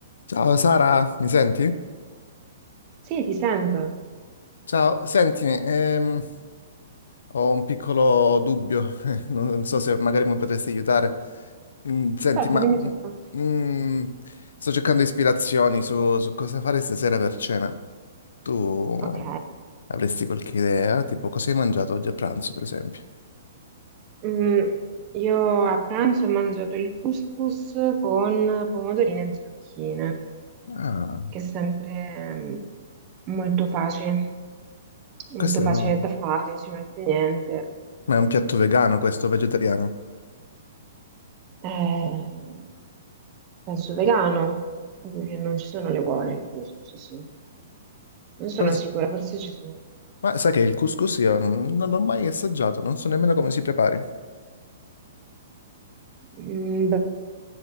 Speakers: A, on the left; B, on the right.
A: Ciao Sara, mi senti?
B: Sì, ti sento.
A: Ciao, sentimi, ehm, ho un piccolo dubbio, <laughs> eh, non non so se magari mi potresti aiutare. Mm, Senti,
B: Certo,
A: ma
B: dimmi
A: mm,
B: tutto.
A: mm, sto cercando ispirazioni su, su cosa fare stasera per cena. Tu
B: Ok.
A: avresti qualche idea? Tipo, cosa hai mangiato oggi a pranzo, per esempio?
B: Mm, io a pranzo ho mangiato il couscous con pomodorini e zucchine,
A: Ah,
B: che è sempre mm, molto facile, molto
A: questo è
B: facile
A: un,
B: da fare, ci mette niente.
A: ma è un piatto vegano, questo vegetariano.
B: Eh, penso vegano, proprio che non ci sono le uova il couscous, sì. Non sono
A: Come si-
B: sicura, forse ci sono
A: Ma sai che il couscous io non, non l'ho mai assaggiato, non so nemmeno come si prepari.
B: mm,